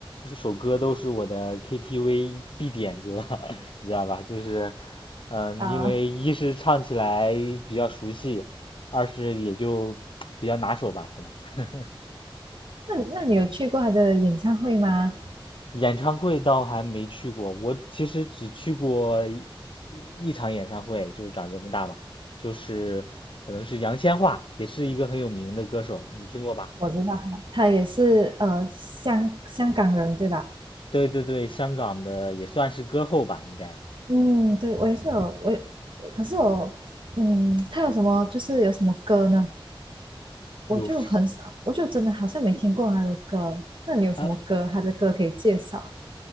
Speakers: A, on the left; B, on the right.
A: 首歌都是我的 KTV 必点歌，<laughs> 你知道吧？就是，嗯，
B: 啊。
A: 因为一是唱起来比较熟悉，二是也就比较拿手吧，可能。<laughs>
B: 那那你有去过他的演唱会吗？
A: 演唱会倒还没去过，我其实只去过一一场演唱会，就是长这么大嘛，就是可能是杨千嬅，也是一个很有名的歌手，你听过吧？
B: 我知道他，他也是呃香香港人对吧？
A: 对对对，香港的也算是歌后吧，应该
B: 嗯，对，我也是有我也，可是我嗯，他有什么就是有什么歌呢？
A: 有时
B: 我就很少，我就真的好像没听过他的歌。那你有什么歌？
A: 啊，
B: 他的歌可以介绍？